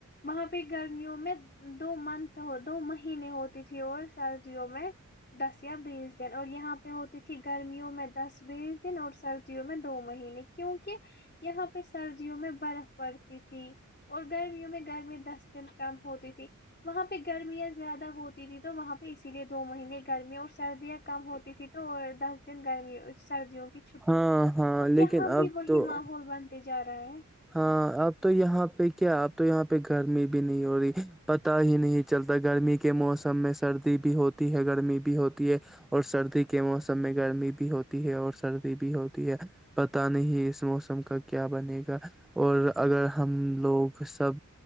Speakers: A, on the left; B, in the centre.
A: وہاں پہ گرمیوں میں دو منتھ دو مہینے ہوتی تھی اور سردیوں میں دس یا بیس دن اور یہاں پہ ہوتی تھی گرمیوں میں دس بیس دن اور سردیوں میں دو مہینے کیوںکہ یہاں پہ سردیوں میں برف پڑتی تھی اور گرمیوں میں گرمی دس دن کم ہوتی تھی وہاں پہ گرمیاں زیادہ ہوتی تھی تو وہاں پہ ے دو مہینے گرمییا اور سردیاں کم ہوتی تیں تو تو دس دن گرمی سردیوں چھٹی
B: ہاں ہاں
A: اب
B: لیکن
A: یہاں بھی
B: اب
A: وہی
B: تو
A: ماحول بنتے جاتے گاؤں
B: ہاں اب تو یہاں پہ کیا اب تو یہاں پہ گرمی بھی نہیں ہو رہی پتا ہی نہیں چلتا گرمی کے موسم میں سردی بھی ہوتی ہے گرمی بھی ہوتی ہے اور سردی کے موسم میں گرمی بھی ہوتی ہے اور سردی بھی ہوتی ہے پتہ نہیں اس موسم کا کیا بنے گا اور اگر ہم لوگ سب